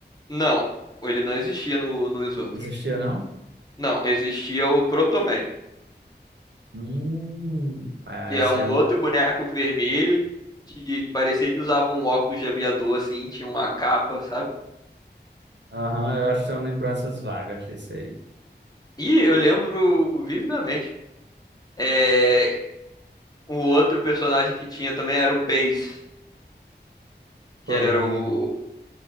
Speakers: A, on the left; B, on the right.
A: Não, ele não existia no, nos outros.
B: Existia, não?
A: Não, existia o Protoman,
B: Hum, é,
A: que é
B: isso
A: um
B: aí. eu-
A: outro boneco vermelho, que ele parecia que usava um óculos de aviador, assim, tinha uma capa, sabe?
B: Aham, eu acho que são lembranças vagas desse aí.
A: E eu lembro vividamente. É, o outro personagem que tinha também era o Bass, que
B: Pô,
A: ele
B: lembro.
A: era o...